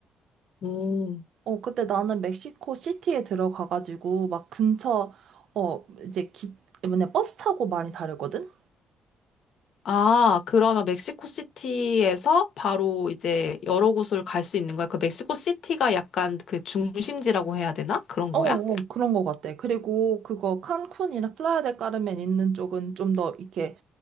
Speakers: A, on the left (about 65°); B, on the right (about 70°).
A: 오.
B: 어, 그때 나는 멕시코 시티에 들어가가지고 막 근처, 어, 이제 기, 뭐냐, 버스 타고 많이 다녔거든?
A: 아, 그러면 멕시코 시티에서 바로 이제 여러 곳을 갈 수 있는 거야? 그 멕시코 시티가 약간 그 중심지라고 해야 되나? 그런
B: 어,
A: 거야?
B: 어, 그런 거 같아. 그리고 그거 칸쿤이나 플라야 델 까르멘 있는 쪽은 좀 더 이렇게,